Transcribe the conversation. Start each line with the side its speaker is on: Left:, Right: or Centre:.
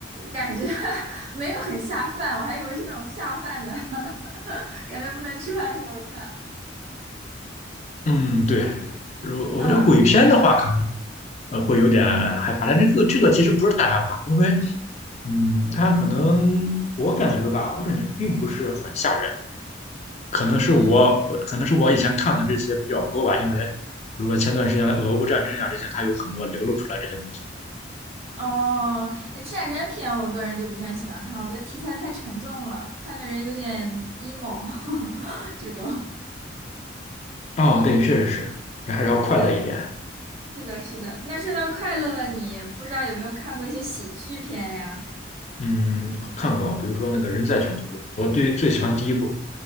Right: 感觉 <laughs> 没有很下饭，我还以为是那种下饭的，<laughs> 感觉不能吃饭的时候看。
Left: 嗯，对。如我觉得鬼片的话，
Right: 嗯
Left: 可能。呃，会有点害怕。但这个这个其实不是太害怕，因为嗯，它可能我感觉吧，我感觉并不是很吓人，可能是我可能是我以前看的这些比较多吧，
Right: 嗯嗯
Left: 因为比如说前段时间的俄乌战争呀、这些，它有很多流露出来这些东西。
Right: 哦，那战争片我个人就不是很喜欢看，我觉得题材太沉重了，看的人有点 emo <laughs> 这种。
Left: 哦，对，确实是，人还是要快乐一点。
Right: 对，是的，是的。那说到快乐，你不知道有没有看过一些喜剧片呀？
Left: 嗯，看过，比如说那个《人在囧途》，我对最喜欢第一部，